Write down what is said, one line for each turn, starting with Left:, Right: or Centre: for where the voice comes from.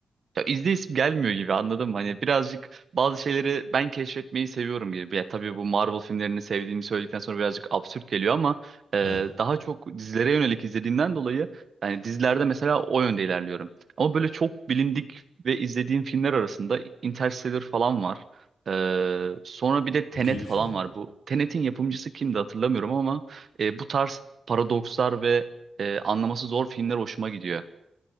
Right: Ya izleyip gelmiyor gibi anladım mı? Hani birazcık bazı şeyleri ben keşfetmeyi seviyorum gibi. Ya tabii bu Marvel filmlerini sevdiğimi söyledikten sonra birazcık absürt geliyor ama e,
Left: Evet.
Right: daha çok dizilere yönelik izlediğimden dolayı yani dizilerde mesela o yönde ilerliyorum. Ama böyle çok bilindik ve izlediğim filmler arasında Interstellar falan var. E, sonra bir de Tenet
Left: Çok iyi bir
Right: falan
Left: film.
Right: var. Bu Tenet'in yapımcısı kimdi hatırlamıyorum ama e, bu tarz paradokslar ve e, anlaması zor filmler hoşuma gidiyor.